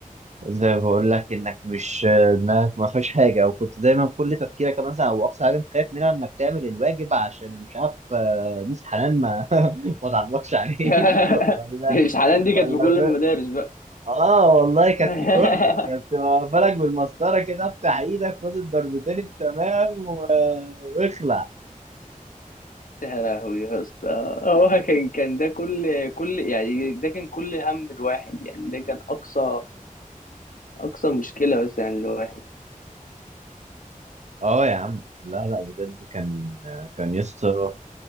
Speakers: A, on the right (about 55°); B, on the left (about 70°).
A: زي ما بقول لك انك مش دماغك ما فيهاش حاجه او كنت دايما كل تفكيرك مثلا او اقصى حاجه انت خايف منها انك تعمل الواجب عشان مش عارف آه، ميس حنان ما <laughs> ما تعبكش عليه
B: <laughs>
A: <laughs> ولا
B: مش حاليا دي كانت
A: ولا
B: في كل
A: ف...
B: المدارس
A: اه والله كانت
B: <laughs>
A: في كله كانت واقفه لك بالمسطره كده افتح ايدك خد الضربتين التمام و... واخلع
B: يا لهوي يا اسطى هو كان كان ده كل كل يعني ده كان كل هم الواحد يعني ده كان اقصى اقصى مشكلة بس يعني الواحد
A: اه يا عم لا لا بجد كان كان يسطا